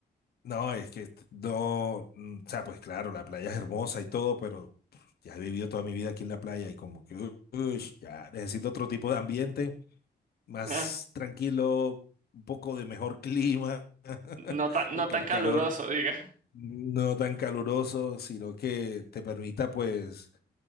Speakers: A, on the left; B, on the right.
A: No, es que no, mm, o sea, pues claro, la playa es hermosa y todo, pero ya he vivido toda mi vida aquí en la playa y como que, u- ush, ya necesito otro tipo de ambiente, más
B: <laughs>
A: tranquilo, un poco de mejor clima, <laughs>
B: No tan,
A: porque
B: no tan
A: el
B: caluroso,
A: calor
B: diga.
A: no tan caluroso, sino que te permita pues,